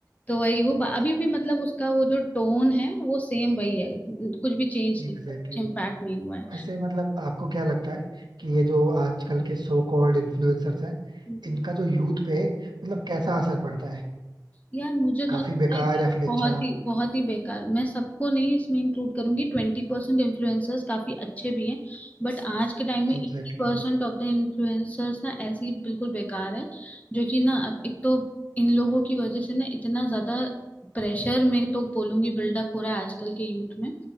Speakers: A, on the left; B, on the right.
A: तो वही वो बा- अभी भी मतलब उसका वो जो टोन है वो सेम वही है कुछ भी चेंज
B: Exactly
A: नहीं हुआ कुछ इम्पैक्ट
B: exactly.
A: नहीं हुआ
B: ऐसे मतलब आपको क्या लगता है कि ये जो आजकल के सो कॉल्ड इन्फ्लुएंसर्स हैं
A: है
B: इनका जो यूथ पे मतलब कैसा असर पड़ता है
A: यार मुझे तो
B: काफी
A: लगता
B: बेकार
A: है कि
B: या फिर
A: बहुत
B: अच्छा
A: ही बहुत ही बेकार मैं सबको नहीं इसमें इंक्लूड करूंगी ट्वेंटी परसेंट इन्फ्लुएंसर्स काफी अच्छे भी हैं बट आज के टाइम में एट्टी
B: Exactly
A: परसेंट
B: exactly.
A: ऑफ द इन्फ्लुएंसर्स ना ऐसे ही बिल्कुल बेकार है जो कि ना अब एक तो इन लोगों की वजह से ना इतना ज्यादा प्रेशर में तो बोलूंगी बिल्डअप हो रहा है आजकल के यूथ में